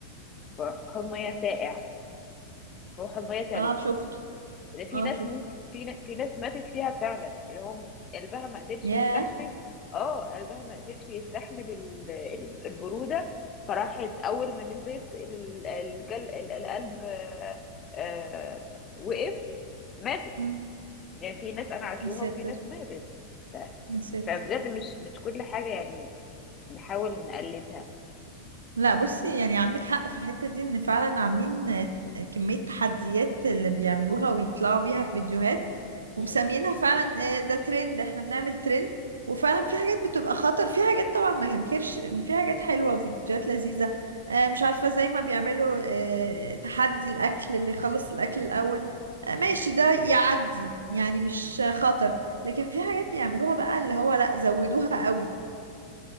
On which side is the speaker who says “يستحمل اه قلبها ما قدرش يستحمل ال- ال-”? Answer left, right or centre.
Left